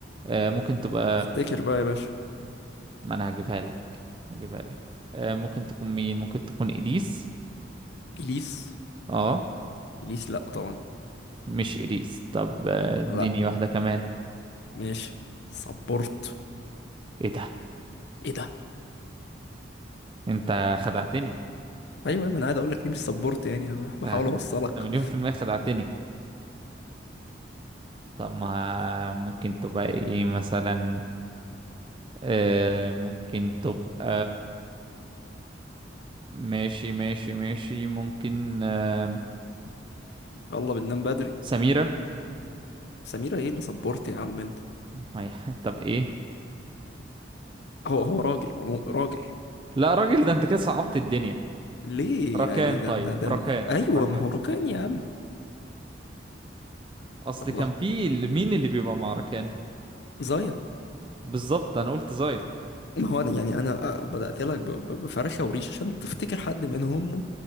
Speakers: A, on the right; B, on the left.
A: آه ممكن تبقى
B: افتكر بقى يا باشا
A: ما انا هجيبها لك هجيبها لك آه ممكن تكون مين ممكن تكون اليس
B: إليس
A: اه
B: إليس لا طبعا
A: مش اليس طب آه، اديني
B: لا
A: واحدة كمان
B: ماشي سبورت
A: ايه ده
B: ايه ده
A: انت خدعتني
B: ايوه ما انا قاعد اقول لك ليه مش سبورت يعني أنا بحاول
A: انت
B: اوصلك
A: أنت مليون في المية خدعتني طب ما ممكن تبقى ايه مثلا آه ممكن تبقى ماشي ماشي ماشي ممكن آه
B: يلا بننام بدري
A: سميرة
B: سميرة ايه اللي صبرت يا عم انت
A: ما هي- <laughs> طب ايه
B: هو هو راجل عمو راجل
A: لا راجل ده انت كده صعبت الدنيا
B: ليه
A: ركان
B: يعني ده
A: طيب
B: ده ده
A: ركان
B: أنا. ايوه
A: ركان
B: ما هو ركان يا عم
A: اصل
B: الله
A: كان في ال- مين اللي بيبقى مع ركان
B: زايا
A: بالظبط انا قلت زايا
B: ما هو انا يعني انا آه، بدأت لك ب- ب- بفرخة وريش عشان تفتكر حد منهم